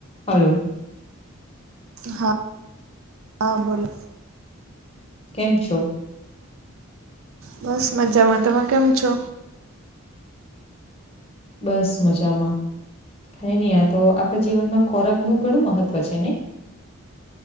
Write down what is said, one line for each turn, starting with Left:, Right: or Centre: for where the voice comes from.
Left: Hello
Right: હા હા બોલો
Left: કેમ છો
Right: બસ મજામાં તમે કેમ છો
Left: બસ મજામાં કાય નહી આ તો આપડા જીવનમાં ખોરાક નું ઘણું મહત્વ છે ને